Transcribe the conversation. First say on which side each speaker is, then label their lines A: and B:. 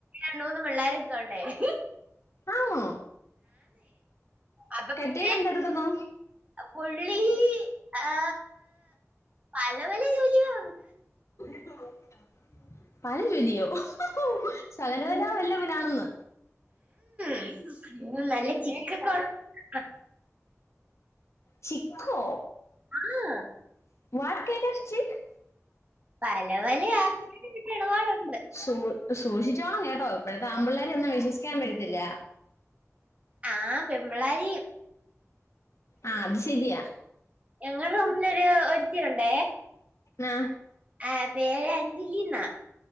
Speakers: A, on the right (about 25°); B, on the left (about 60°).
A: രണ്ടുമൂന്ന് പിള്ളേരൊക്കെ ഉണ്ട് <inaudible>
B: ആണോ
A: അപ്പൊ
B: കെട്ടിയോൻ
A: പിന്നെ
B: എന്തെടുക്കുന്നു
A: പുള്ളി ആ പല പല ജോലികളു
B: <inaudible> പല ജോലി യോ സകലകല
A: എന്തോ
B: വല്ലവനാണെന്ന്
A: <unintelligible>
B: ചിക്കോ
A: ആഹ
B: <unintelligible> ചിക്ക്
A: പലവല <inaudible>
B: സൂ സൂക്ഷിച്ചോണം കേട്ടോ ഇപ്പോഴത ആമ്പിള്ളേരെ ഒന്നും വിശ്വസിക്കാൻ പറ്റത്തില്ല
A: ആഹ പെമ്പിള്ളാരയും
B: ആഹ അത് ശരിയാ
A: ഞങ്ങളുടെ റൂമിലൊരുത്തിയുണ്ടേ
B: ആ
A: ആ പേര് അഞ്ജലിന്നാ